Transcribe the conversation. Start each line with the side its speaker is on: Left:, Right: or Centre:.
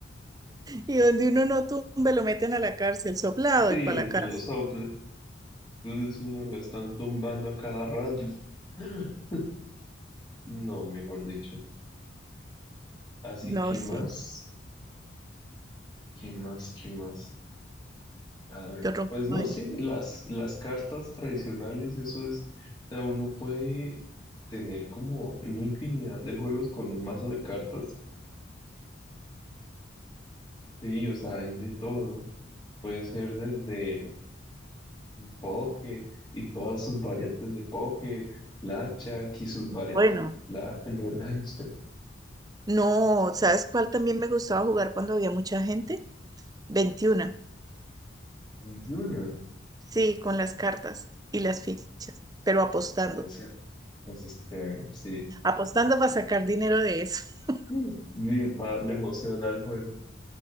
Right: Y donde uno no tumbe, lo meten a la cárcel, soplado
Left: Sí,
Right: y para la cárcel.
Left: lo sopla. Entonces uno lo están tumbando a cada rato. <gasps> No, mejor dicho. Así
Right: No,
Left: que
Right: sí.
Left: más, ¿qué más, qué más? A ver,
Right: Yo rompo
Left: pues no
Right: ahí.
Left: sé, las, las cartas tradicionales, eso es, o sea, uno puede tener como una infinidad de juegos con un mazo de cartas. Sí, o sea, hay de todo. Puede ser desde póker y todas sus variantes de póker, blackjack y sus variantes
Right: Bueno.
Left: de, bla- de blackjack.
Right: No, ¿sabes cuál también me gustaba jugar cuando había mucha gente? 21.
Left: Hay de una. <laughs>
Right: Sí, con las cartas y las fichas, pero apostando.
Left: Ah, ese, ese es chévere, sí.
Right: Apostando para sacar dinero de eso. <laughs>
Left: Mm. Sí, para darle emoción al juego.